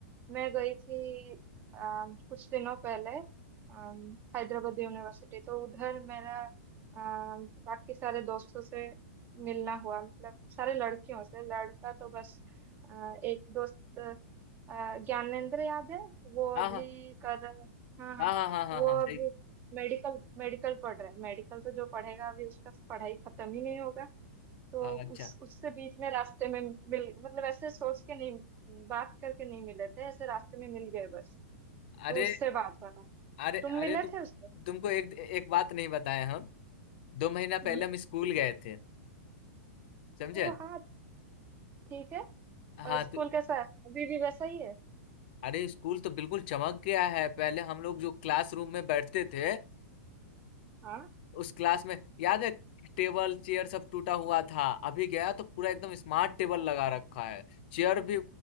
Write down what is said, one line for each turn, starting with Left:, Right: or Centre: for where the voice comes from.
Right: मैं गई थी अम, कुछ दिनों पहले अम, हैदराबाद यूनिवर्सिटी तो उधर मेरा अम, बाकी सारे दोस्तों से मिलना हुआ मतलब सारे लड़कियों से लड़का तो बस अ, एक दोस्त अ, ज्ञानेंद्र याद है वो
Left: हाँ
Right: अभी
Left: हाँ
Right: कर रहा है हाँ हाँ
Left: हाँ हाँ हाँ हाँ
Right: वो
Left: हाँ सही
Right: अभी मेडिकल मेडिकल पढ़ रहा है मेडिकल तो जो पढ़ेगा अभी उसका पढ़ाई खत्म ही नहीं होगा तो
Left: हाँ, अच्छा
Right: उस उससे बीच में रास्ते में मिल मतलब ऐसे सोच के नहीं बात करके नहीं मिले थे ऐसे रास्ते में मिल गए बस
Left: अरे
Right: तो उससे बात हुआ था
Left: अरे
Right: तुम मिले
Left: अरे तुम
Right: थे उससे
Left: तुमको एक एक बात नहीं बताए हम दो महीना
Right: हम्म
Left: पहले हम स्कूल गए थे समझे
Right: ओ हाँ ठीक है
Left: हाँ
Right: और स्कूल
Left: तो
Right: कैसा है अभी भी वैसा ही है
Left: अरे स्कूल तो बिल्कुल चमक गया है पहले हम लोग जो क्लासरूम में बैठते थे
Right: हाँ
Left: उस क्लास में याद है टेबल चेयर सब टूटा हुआ था अभी गया तो पूरा एकदम स्मार्ट टेबल लगा रखा है चेयर भी